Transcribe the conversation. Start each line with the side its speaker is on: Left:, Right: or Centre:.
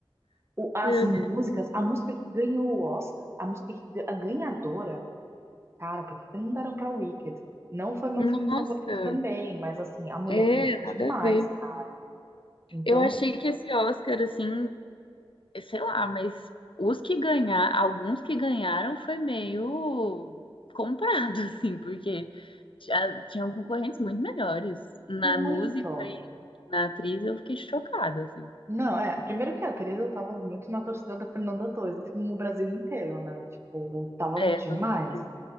Right: O- as
Left: Meu
Right: músicas,
Left: Deus,
Right: a música que ganhou o Oscar, a música que, ga- a ganhadora, cara, por que que não deram pra Wicked? Não foi meu
Left: Nossa,
Right: filme favorito também, mas assim, a mulher
Left: é,
Right: canta demais,
Left: nada a ver.
Right: cara. Então,
Left: Eu achei que esse Oscar, assim, sei lá, mas os que ganhar, alguns que ganharam foi meio comprado, <laughs> assim, porque já tinham concorrentes muito melhores. Na
Right: Muito.
Left: música e na atriz eu fiquei chocada, assim.
Right: Não, é. Primeiro que a Teresa, eu tava muito na torcida da Fernanda Torres, assim como o Brasil inteiro, né? Tipo, tava
Left: É,
Right: Sim.
Left: com
Right: demais.
Left: certeza.